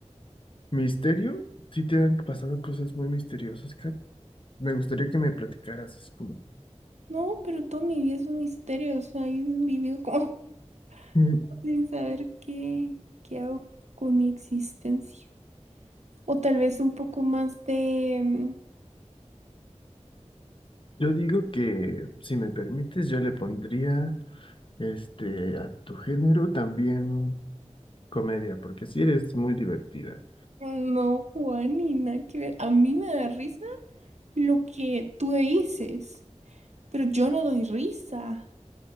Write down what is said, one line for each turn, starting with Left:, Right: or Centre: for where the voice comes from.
Left: ¿Misterio? Sí te han pasado cosas muy misteriosas, Kat. Me gustaría que me platicaras así como...
Right: No, pero toda mi vida es un misterio, o sea, he vivido como
Left: Mm,
Right: <laughs> sin saber qué, qué hago con mi existencia. O tal vez un poco más de... mm,
Left: Yo digo que, si me permites, yo le pondría, este, a tu género también comedia, porque si eres muy divertida.
Right: No, Juan, ni nada que ver. A mí me da risa lo que tú dices, pero yo no doy risa.